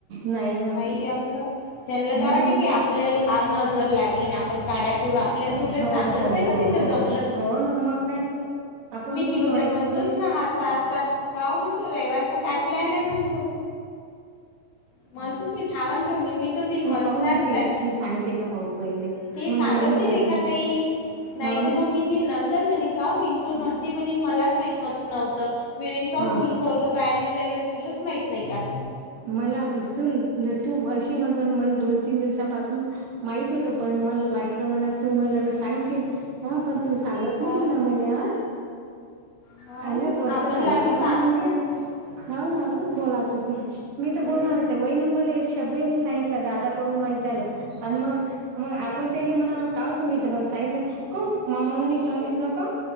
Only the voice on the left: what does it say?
काहीही आपलं. त्यांना काय
वाटतं
की आपल्याला नजर लागेन, आपण काड्या करू, आपल्याला तर उलट
चांगलंच
आहे
ना. तिच
जम
मी
तिला उद्या
म्हणतोच
ना हसता हसता का ओ म्हणतो रविवारचा काय प्लॅन आहे म्हणतो.
म्हणतोच मी थांबा ना तुम्ही, मी तर तिला
म्हणणारच
आहे.
ति
सांगत
नाही रेखाताई
नाही
तर
मग मी तीला नंतर म्हनीन का मिं तुल ते म्हनीन मलाच माहित मत नव्हतं मिन का
तुल पोरग पाॅल्यू राहिल तुलाच माहित नाही का?
हा
हा
ना
आपण
लागेच
सांगतो
हम्म